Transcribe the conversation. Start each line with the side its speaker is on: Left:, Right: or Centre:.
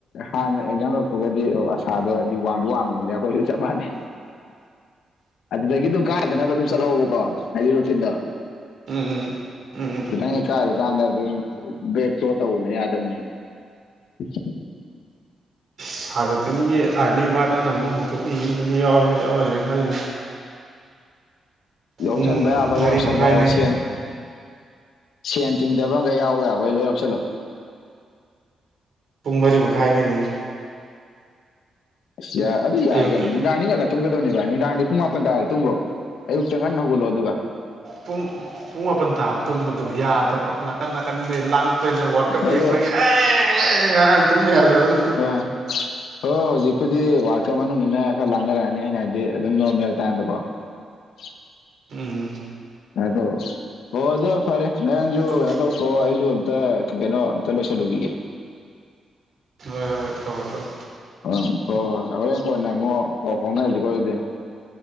Left: ꯍꯥꯟꯅ ꯑꯦꯛꯖꯥꯝ ꯂꯣꯏꯔꯄꯒꯗꯤ ꯑꯁꯥꯗꯣ ꯍꯥꯏꯗꯤ ꯋꯥꯡꯗꯣ ꯋꯥꯡꯕꯅꯤꯅ ꯑꯩꯈꯣꯏꯁꯨ ꯆꯞ ꯃꯥꯟꯅꯩ ꯑꯗꯨꯗꯒꯤ ꯑꯗꯨꯝ ꯀꯥꯏꯗꯅꯕ ꯑꯗꯨꯝ ꯆꯠꯍꯕꯀꯣ ꯍꯥꯏꯗꯤ ꯔꯨꯇꯤꯟꯗꯣ
Right: ꯎꯝ ꯎꯝ ꯎꯝ
Left: ꯈꯤꯇꯪ ꯀꯥꯏꯔꯨꯀꯥꯟꯗ ꯑꯗꯨꯝ ꯕꯦꯛꯇꯣ ꯇꯧꯕꯅ ꯌꯥꯗꯕꯅꯦꯕ ꯑꯟꯏꯟꯇꯦꯜꯂꯤꯖꯦꯕꯜ
Right: ꯁꯥꯒꯇꯦꯟꯒꯤ ꯑꯥꯔꯂꯤ ꯕꯥꯔꯠ ꯑꯅ ꯑꯃ ꯍꯧꯗꯣꯛꯂꯤ ꯌꯥꯎꯔ ꯌꯥꯎꯔꯁ꯭ꯔꯅ ꯈꯜꯂꯤ
Left: ꯌꯥꯎꯁꯟꯕ
Right: ꯄꯨꯡ
Left: ꯌꯥꯕ
Right: ꯃꯔꯤ
Left: ꯌꯥꯎꯁꯜꯂꯣ
Right: ꯃꯈꯥꯏꯅꯦ
Left: ꯁꯦꯟ ꯁꯦꯟ ꯇꯤꯡꯗꯕ ꯑꯃꯒ ꯌꯥꯎꯋꯦ ꯌꯥꯕꯣꯏ ꯂꯣꯏ ꯌꯥꯎꯁꯜꯂꯣ
Right: ꯄꯨꯡ ꯃꯔꯤ ꯃꯈꯥꯏꯗꯅꯦ
Left: ꯑꯁ ꯌꯥꯏ ꯑꯗꯨ ꯌꯥꯏꯒꯦ
Right: ꯑꯌꯨꯛꯀꯤ
Left: ꯅꯨꯡ ꯌꯥꯅꯤꯅ ꯃꯇꯨꯡ ꯅꯤ ꯚꯥꯏ ꯅꯨꯡꯗꯥꯡꯗꯤ ꯄꯨꯡ ꯃꯥꯄꯟ ꯇꯥꯔꯗꯤ ꯇꯨꯝꯈ꯭ꯔꯣ ꯑꯌꯨꯛꯇ ꯉꯟꯅ ꯍꯧꯒꯠꯂꯣ ꯑꯗꯨꯒ
Right: ꯄꯨꯡ ꯄꯨꯡ ꯃꯥꯄꯟ ꯇꯥꯕ ꯇꯨꯝꯕꯗꯨꯣ ꯌꯥꯗꯕ ꯅꯥꯀꯟ ꯅꯥꯀꯟꯗꯩ ꯂꯥꯡꯉꯛꯄꯅꯤꯅ ꯋꯥꯔꯜ ꯀꯞ
Left: ꯑꯗꯨ
Right: ꯌꯦꯡꯉꯩ ꯑꯦ ꯉꯥꯏꯍꯥꯛꯥꯡꯥꯡ ꯇꯨꯝꯕ ꯌꯥꯗꯗꯅ
Left: ꯑꯥ ꯍꯣꯏ ꯍ ꯍꯧꯖꯤꯛꯄꯗꯤ ꯋꯥꯔꯜ ꯀꯞ ꯃꯅꯨꯡꯅ ꯈꯔ ꯂꯥꯡꯅꯔꯛꯑꯅꯤ ꯑꯩꯅ ꯍꯥꯏꯗꯤ ꯑꯗꯨꯝ ꯅꯣꯔꯃꯦꯜ ꯇꯥꯏꯝꯗꯀꯣ ꯑꯟꯑꯣꯗꯤꯕꯜ
Right: ꯎꯝ
Left: ꯀꯩꯅꯥꯏ ꯇꯧꯕ ꯑꯣ ꯑꯗꯣ ꯐꯔꯦ ꯅꯪꯁꯨ
Right: ꯇꯨꯝ
Left: ꯀꯩꯅꯣ ꯇꯧꯊꯑꯣ ꯑꯩꯁꯨ ꯑꯝꯇ ꯀꯩꯅꯣ ꯑꯝꯇ ꯂꯣꯏ ꯆꯂꯨꯒ
Right: ꯍꯣꯏ ꯍꯣꯏ ꯇꯧꯔꯣ ꯇꯧꯔꯣ
Left: ꯑ ꯍꯣꯏ ꯍꯣꯏ ꯍꯣꯔꯡ ꯀꯣꯅꯦ ꯑꯃꯨꯛ ꯄꯥꯎ ꯐꯥꯎꯅꯔꯁꯤꯀꯣ ꯑꯗꯨꯗꯤ